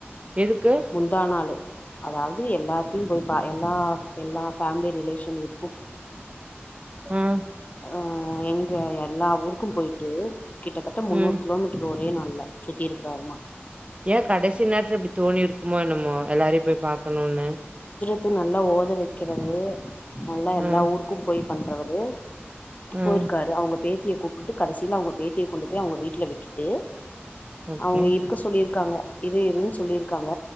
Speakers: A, on the right; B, on the left.
A: எதுக்கு
B: முந்தா நாலு அதாவது எல்லாத்தையும் போய் பா எல்லா எல்லா ஃபேமிலி ரிலேஷன் வீட்டு
A: உஹம்
B: ஆ எங்க எல்லா ஊருக்கும் போயிட்டு கிட்டத்தட்ட முன்னூறு
A: ம்
B: ஒரே நாள்ல சுத்தி இருக்கிறாருமா
A: ஏ கடைசி நேரத்துல இப்படி தோணிருக்குமோ என்னமோ எல்லாரையு போய் பாக்கணுனுு
B: த்து நல்லா ஓத வெக்கிறது நல்லா
A: ம்
B: எல்லா ஊருக்கும் போயி பண்றவரு போயிருக்காரு
A: ம்
B: அவங்க பேத்தியை கூப்பிட்டு கடைசியில அவங்க பேத்தியை கொண்டு அவங்க வீட்டுல விட்டுட்டு
A: ஓகே
B: அவங்க இருக்க சொல்லிருக்காங்க இரு இருன்னு சொல்லியிருக்காங்க